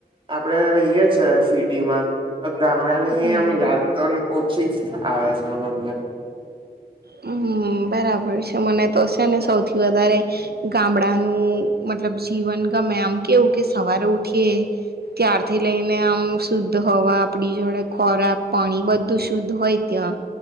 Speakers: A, on the right (about 30°); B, on the right (about 75°).
A: આપડે રહીએ છે, સિટી માં તો ગામડા ની
B: હમ
A: આમ યાદ તો ઓછી આવે છેને?
B: હમ બરાબર છે મને તો છે ને સૌથી વધારે ગામડાનું મતલબ જીવન ગમે આમ કેવું કે સવારે ઉઠીએ ત્યારથી લઈને આમ શુદ્ધ હવા આપડી જોડે ખોરાક પાણી બધું શુદ્ધ હોય ત્યાં